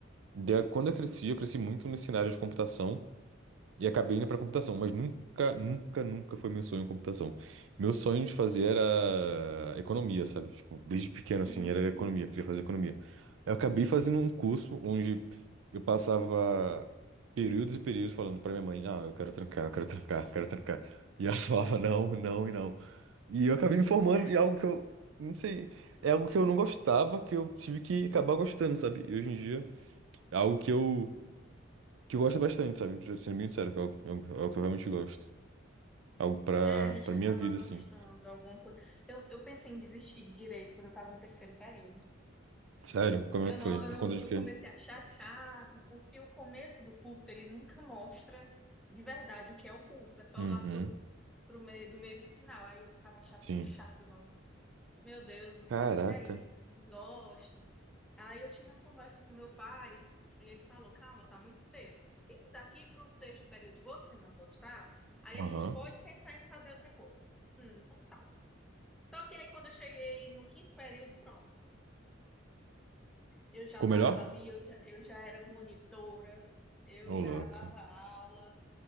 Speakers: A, on the right; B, in the centre.
A: Da- Quando eu cresci, eu cresci muito nesse cenário de computação. E acabei indo pra computação, mas nunca, nunca, nunca foi meu sonho computação. Meu sonho de fazer era economia, sabe? Tipo, desde pequeno, assim,
B: Hum,
A: era economia, queria fazer economia. Eu acabei fazendo um curso onde eu passava períodos e períodos falando pra minha mãe, ah, eu quero trancar, eu quero trancar, eu quero trancar. E ela <laughs> falava não, não e não. E eu acabei me formando
B: sério?
A: em algo que eu, não sei, é algo que eu não gostava, que eu tive que acabar gostando, sabe? E hoje em dia, é algo que eu que eu gosto bastante, sabe? Ju- Sendo bem sério, que é algo, é algo- é algo que eu realmente gosto. Algo pra,
B: É, a gente
A: pra
B: acaba
A: minha vida,
B: gostando
A: assim.
B: de alguma coisa. Eu, eu pensei em desistir de direito quando eu estava no terceiro período.
A: Sério? Como
B: Eu
A: é que
B: não,
A: foi? Por
B: eu não,
A: conta de
B: eu
A: quê?
B: comecei a achar chato, porque o começo do curso ele nunca mostra de verdade o que é o curso, é só
A: Uhum,
B: lá pro, pro meio, do meio pro final. Aí eu ficava, achava
A: sim.
B: tão chato, nossa, meu Deus do
A: Caraca.
B: céu, o que é isso? Não gosto. Aí eu tive uma conversa com meu pai e ele falou: calma, tá muito cedo. Se daqui pro sexto período você não gostar, aí
A: Aham.
B: a gente pode pensar em fazer outra coisa. Hum, então tá. Só que aí quando eu cheguei no quinto período, pronto. Eu já
A: Ficou
B: estava
A: melhor?
B: ali, eu já, eu já era monitora, eu
A: Ô,
B: já
A: louco.
B: dava aula,